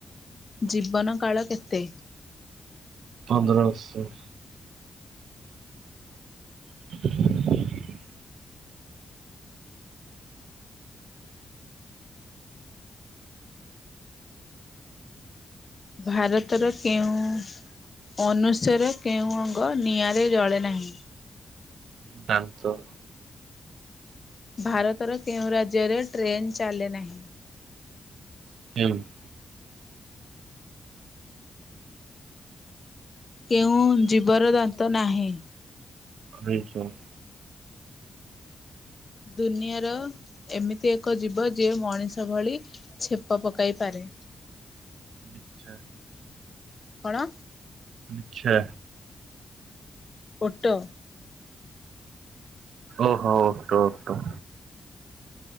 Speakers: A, on the left; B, on the right.
A: ଜୀବନ କାଳ କେତେ?
B: ପନ୍ଦର ବର୍ଷ। <unintelligible>
A: ଭାରତର କେଉଁ ଅନୁଷ୍ୟର କେଉଁ ଅଙ୍ଗ ନିଆଁରେ ଜଳେ ନାହିଁ?
B: ଦାନ୍ତ।
A: ଭାରତର କେଉଁ ରାଜ୍ୟରେ ଟ୍ରେନ୍ ଚାଲେ ନାହିଁ?
B: <inaudible>
A: କେଉଁ ଜୀବର ଦାନ୍ତ ନାହିଁ?
B: କଇଁଛ।
A: ଦୁନିଆର ଏମିତି ଏମିତି ଏକ ଜୀବ ଯିଏ ମଣିଷ ଭଳି ଚେପ ପକେଇ ପାରେ?
B: ବିଛା।
A: କଣ?
B: ବିଛା।
A: ଓଟ।
B: ଓହୋଃ ଓଟ-ଓଟ।